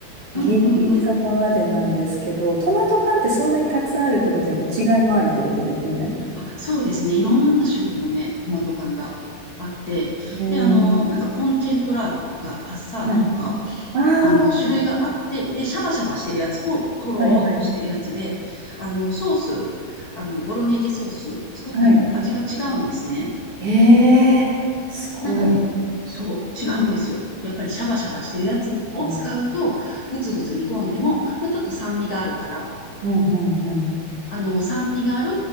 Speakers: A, on the left; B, on the right.
A: うんうんうん。
B: ギリギリそこまでなんですけど、トマト缶ってそんなにたくさんあるってことはやっぱ違いもあるってことですよね。
A: あ、そうですね。いろんな種類のね、トマト缶があって、
B: うん。
A: で、あの、なんかコンチェントラートとか、パッサートとか、
B: はい。ああ、
A: あの、
B: はい
A: 種類があって、で、シャバシャバしてるやつと、とろーっとしてるやつで、
B: はいはい。
A: あの、ソース、あの、ボロネーゼソース作っても味が違うんですね。
B: はい。ええすごい
A: なんかね、そう、違うんですよ。やっぱりシャバシャバしてるやつを使うと、
B: な。
A: ぐつぐつ煮込んでも、まあ、ちょっと酸味があるから、
B: うんうんうん。
A: あの、酸味がある、